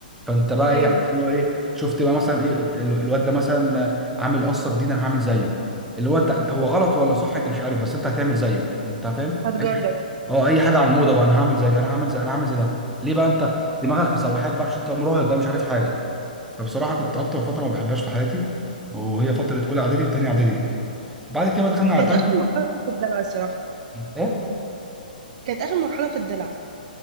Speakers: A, in the centre; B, on the right (about 45°).
A: فانت بقى
B: ايوه
A: ايه عارف اللي هو ايه شفت بقى مثلا ايه ال- الواد ده مثلا عامل قصه جديده انا هعمل زيه اللي هو انت هو غلط ولا صح انت مش عارف بس انت هتعمل زيه انت فاهم
B: هتجرب
A: اي حاجه اه اي حاجه على الموضه بقى انا هعمل زي انا هعمل زي انا هعمل زي ده ليه بقى انت دماغك مسوحاك بقى عشان انت مراهق بقى مش عارف حاجه فبصراحه كنت اكتر فتره ما بحبهاش في حياتي وهي فتره اولى اعدادي وثانيه اعدادي دي بعد كده بقى دخلنا على
B: كانت
A: ثالثه
B: آخر مرحلة في الدلع الصراحة
A: ايه
B: كانت آخر مرحلة في الدلع